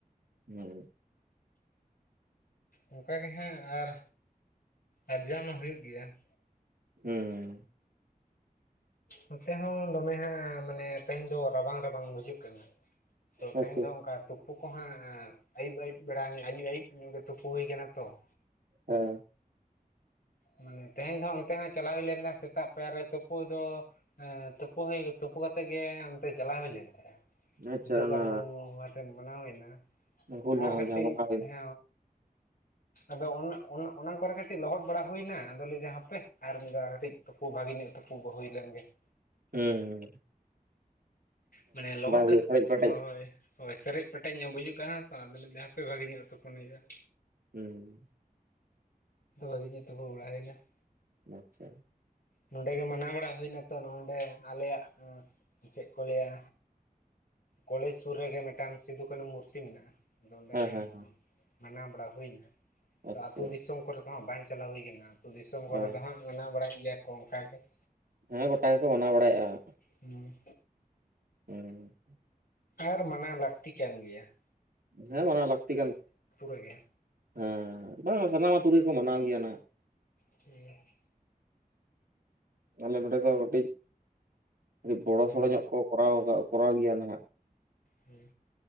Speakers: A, on the right; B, on the left.
A: ᱦᱩᱸ
B: ᱚᱱᱠᱟ ᱜᱮ ᱦᱟᱸᱜ ᱟᱨ ᱟᱨᱡᱟᱣ ᱢᱟ ᱦᱩᱭᱩᱜ ᱜᱮᱭᱟ ᱾
A: ᱦᱩᱸ
B: ᱱᱚᱛᱮ ᱦᱚᱸ ᱫᱚᱢᱮ ᱦᱚᱸ ᱢᱟᱱᱮ ᱛᱮᱦᱮᱧ ᱫᱚ ᱨᱟᱵᱟᱝ ᱨᱟᱵᱟᱝ ᱵᱩᱡᱩᱜ ᱠᱟᱱᱟ ᱾ ᱛᱮᱛᱟᱝ
A: ᱟᱪᱪᱷᱟ
B: ᱜᱮ ᱚᱱᱠᱟ ᱥᱩᱠᱼᱼ ᱚᱠᱟ ᱦᱚᱸ ᱟᱹᱭᱩᱵ ᱟᱹᱭᱩᱵ ᱫᱚ ᱵᱟᱝ ᱟᱹᱭᱩᱵ ᱟᱹᱭᱩᱵ ᱧᱚᱜ ᱜᱮ ᱛᱩᱯᱩ ᱦᱩᱭ ᱟᱠᱟᱱᱟ ᱛᱚ ᱾
A: ᱦᱮᱸ
B: ᱦᱩᱸ ᱛᱮᱦᱮᱧ ᱚᱱᱛᱮ ᱦᱚᱸ ᱪᱟᱞᱟᱣ ᱦᱩᱭ ᱞᱮᱱᱟ ᱥᱮᱛᱟᱜ ᱯᱮᱭᱟᱨ ᱨᱮ ᱛᱩᱯᱩ ᱫᱚ ᱾ ᱦᱮᱸ ᱛᱩᱯᱩ ᱦᱩᱭ, ᱛᱩᱯᱩ ᱠᱟᱛᱮᱜ ᱜᱮ ᱚᱱᱛᱮ ᱪᱟᱞᱟᱣ ᱦᱩᱭ ᱞᱮᱱ ᱛᱟᱦᱮᱫᱼᱟ
A: ᱟᱪᱪᱷᱟ
B: ᱥᱤᱫᱩ
A: ᱚᱱᱟ
B: ᱠᱟᱱᱩ ᱦᱚᱲᱼᱼ ᱢᱟᱱᱟᱣ ᱦᱩᱭᱱᱟ
A: ᱦᱩᱞ
B: ᱟᱨ
A: ᱢᱟᱦᱟ
B: ᱠᱟᱹᱴᱤᱡ
A: ᱡᱟᱦᱟᱸ ᱢᱟᱱᱟᱣ ᱦᱩᱭᱱᱟ
B: ᱦᱮᱸᱼᱼ ᱟᱫᱚ ᱚᱱᱮ ᱚᱱᱮ ᱚᱱᱠᱟ ᱨᱮ ᱠᱟᱹᱴᱤᱡ ᱞᱚᱦᱚᱫᱼᱼ ᱵᱟᱲᱟ ᱦᱩᱭᱱᱟ ᱟᱫᱚ ᱞᱮᱭᱫᱟ ᱦᱟᱯᱮ ᱟᱨ ᱢᱤᱫ ᱫᱷᱟᱣ ᱠᱟᱹᱴᱤᱡ ᱛᱩᱯᱩ ᱵᱷᱟᱜᱤ ᱧᱚᱜ ᱛᱩᱯᱩ ᱦᱩᱭ ᱞᱮᱱᱜᱮ ᱾
A: ᱦᱩᱸ
B: ᱢᱟᱱᱮ ᱞᱚᱦᱚᱫ
A: ᱦᱩᱭᱩᱜ
B: ᱠᱟᱛᱮᱫ
A: ᱯᱮᱨᱮᱡ ᱯᱮᱴᱮᱡ
B: ᱦᱳᱭ ᱦᱳᱭᱼᱼ ᱦᱚᱭ ᱥᱮᱨᱮᱡ ᱯᱮᱴᱮᱡ ᱧᱚᱜ ᱵᱩᱡᱩᱜ ᱠᱟᱱᱟ ᱛᱚ ᱟᱫᱚ ᱞᱟᱹᱭᱫᱟ ᱦᱟᱸᱯᱮ ᱵᱷᱟᱹᱜᱤ ᱧᱚᱜ ᱛᱚᱯᱚᱱ ᱦᱩᱭᱩᱜᱼᱟ ᱾
A: ᱦᱩᱸ
B: ᱵᱷᱟᱹᱜᱤ ᱧᱚᱜ ᱛᱩᱯᱩ ᱵᱟᱲᱟ ᱦᱩᱭᱮᱱᱟ ᱾
A: ᱟᱪᱪᱷᱟ ᱾
B: ᱱᱚᱸᱰᱮ ᱜᱮ ᱢᱟᱱᱟᱣ ᱵᱟᱲᱟ ᱦᱩᱭ ᱱᱟ ᱛᱚ ᱱᱚᱸᱰᱮ ᱟᱞᱮᱭᱟᱜ ᱪᱮᱫ ᱠᱚ ᱞᱟᱹᱭᱟᱼᱼ ᱠᱚᱞᱮᱡᱽ ᱥᱩᱨ ᱨᱮᱜᱮ ᱢᱤᱫᱴᱟᱱ ᱥᱤᱫᱩᱠᱟᱱᱩ ᱢᱩᱨᱛᱤ ᱢᱮᱱᱟᱜᱼᱟ ᱟᱫᱚ ᱚᱱᱰᱮ
A: ᱦᱮᱸ
B: ᱜᱮᱼᱼ
A: ᱦᱮᱸ
B: ᱢᱟᱱᱟᱣ ᱵᱟᱲᱟ ᱦᱩᱭᱱᱟ ᱾ ᱟᱫᱚ
A: ᱟᱪᱪᱷᱟ
B: ᱟᱹᱛᱩ ᱫᱤᱥᱚᱢ ᱠᱚᱨᱮ ᱫᱚ ᱦᱟᱸᱜ ᱵᱟᱝ ᱪᱟᱞᱟᱣ ᱦᱩᱭ ᱠᱟᱱᱟ ᱟᱹᱛᱩ ᱫᱤᱥᱚᱢ ᱠᱚᱨᱮ
A: ᱟᱨ
B: ᱫᱚ ᱦᱟᱸᱜᱼᱼ ᱢᱟᱱᱟᱣ ᱵᱟᱲᱟᱭᱮᱫ ᱜᱮᱭᱟ ᱠᱚ ᱚᱱᱠᱟ ᱜᱮ ᱾
A: ᱦᱮᱸ ᱜᱚᱴᱟ ᱜᱮᱠᱚ ᱢᱟᱱᱟᱣ ᱵᱟᱲᱟᱭᱮᱫᱼᱟ ᱾
B: ᱦᱩᱸ
A: ᱦᱩᱸ
B: ᱟᱨ ᱢᱟᱱᱟᱣ ᱞᱟᱹᱠᱛᱤ ᱠᱟᱱ ᱜᱮᱭᱟ ᱾
A: ᱦᱮᱸ ᱢᱟᱱᱟᱣ ᱞᱟᱹᱠᱛᱤ ᱠᱟᱱ,
B: ᱨᱮᱜᱮ
A: ᱦᱮᱸ ᱵᱟᱝ ᱥᱟᱱᱟᱢ ᱟᱹᱛᱩ ᱨᱮᱜᱮ ᱠᱚ ᱢᱟᱱᱟᱣ ᱜᱮᱭᱟ ᱱᱟᱜ ᱾
B: ᱴᱷᱤᱠ <unintelligible>
A: ᱟᱞᱮ ᱱᱚᱸᱰᱮ ᱫᱚ ᱠᱟᱹᱴᱤᱡ ᱠᱟᱹᱴᱤᱡ ᱵᱚᱲᱚ
B: ᱦᱩᱸ
A: ᱥᱚᱲᱚ ᱧᱚᱜ ᱠᱚᱼᱼ ᱠᱚᱨᱟᱣ ᱠᱟᱜ ᱠᱚᱨᱟᱣ ᱜᱮᱭᱟ ᱱᱟᱜ ᱾
B: ᱦᱮᱸ